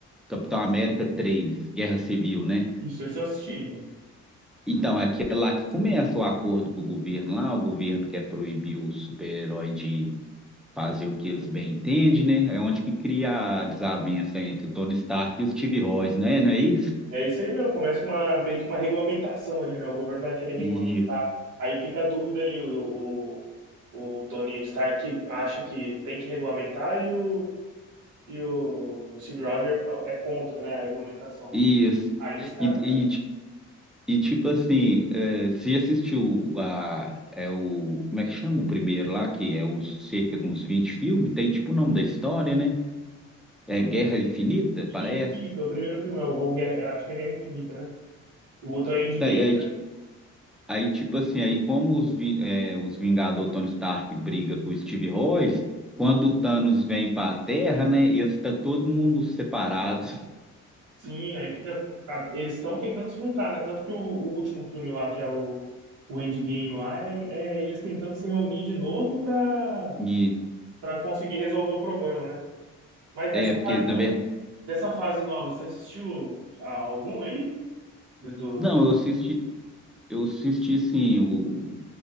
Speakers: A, in the centre; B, on the right.
A: Capitão América 3 Guerra Civil, né?
B: Isso, isso eu assisti. né?
A: Então, é aquele lá que começa o acordo com o governo lá. O governo quer proibir o super-herói de fazer o que eles bem entendem, né? É onde que cria a desavença entre o Tony Stark e o Steve Rogers, né? Não é isso?
B: É isso aí mesmo, começa uma, meio que uma regulamentação ali, né? O governo vai querer regulamentar.
A: Isso.
B: Aí fica a dúvida ali, o, o, o Tony Stark acha que tem que regulamentar e o, e o Steve Rogers é contra, né, a regulamentação.
A: Isso.
B: Aí os caras
A: E,
B: também.
A: E tipo assim, é, você assistiu a, é o, como é que chama o primeiro lá, que é os cerca de uns 20 filmes, tem tipo o nome da história, né? É
B: O
A: Guerra Infinita, parece.
B: que O primeiro filme, é o, o Guerra- acho que é Guerra Infinita, né? O outro é Endgame,
A: Tá, e Aí,
B: né?
A: aí, tipo assim, aí como os, vi- é, os Vingadores, o Tony Stark briga com o Steve Rogers, quando o Thanos vem para a Terra, né, e está todo mundo separado.
B: Sim, aí fica. tá, eles estão tentando se juntar, né? Tanto que o, o último filme lá, que é o, o Endgame lá, é, é eles tentando se reunir de novo pra,
A: E,
B: pra conseguir resolver o problema, né? Mas dessa
A: é, porque
B: fase,
A: na
B: no-
A: verdade,
B: dessa fase nova, você assistiu a- algum aí? Do,
A: não,
B: do
A: eu assisti, eu assisti sim